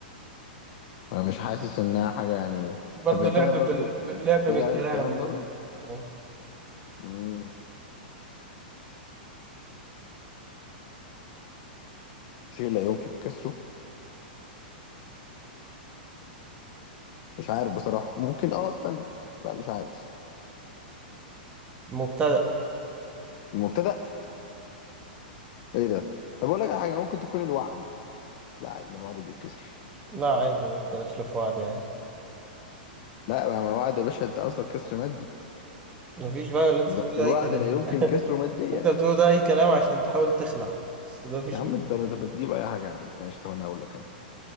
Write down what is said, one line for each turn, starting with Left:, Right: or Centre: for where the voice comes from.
Left: أنا مش حاسس انها حاجة يعني
Right: برضه
Left: طب هي
Right: لعب
Left: فيها برضو
Right: بال... بال- لعب
Left: في
Right: بالكلام
Left: لعبة بالكلام برضو
Right: آه.
Left: مم. شيء لا يمكن كسره مش عارف بصراحة ممكن اه استنى لا مش عارف
Right: مبتدأ
Left: المبتدأ ايه ده طب اقول لك على حاجة ممكن تكون الوعد بس لا عادي ما الوعد بيتكسر
Right: لا عادي ممكن اخلف واحد يعني
Left: لا ما ما وعد يا باشا انت قصدك كسر مادي
Right: مفيش بقى اللي انت
Left: الو-
Right: تقول ده
Left: الوعد
Right: اي كلام
Left: لا يمكن
Right: <laughs>
Left: كسره ماديا
Right: انت بتقول ده اي كلام عشان تحاول تخلع بس ده مفيش
Left: يا عم
Right: منه
Left: انت انت بتجيب اي حاجة يا عم ماشي طب انا هقول لك انا